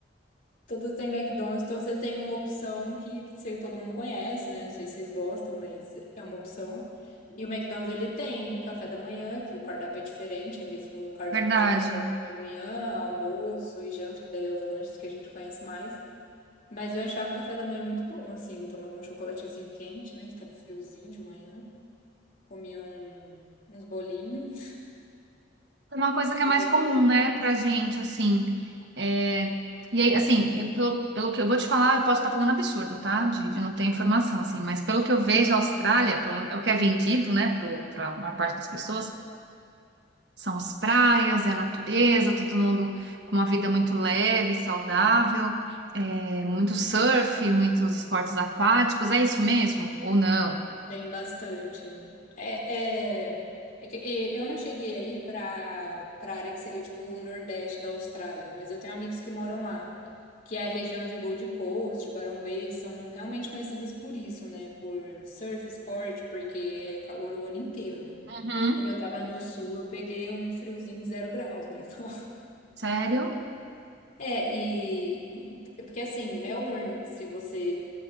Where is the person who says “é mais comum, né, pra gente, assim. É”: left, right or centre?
Right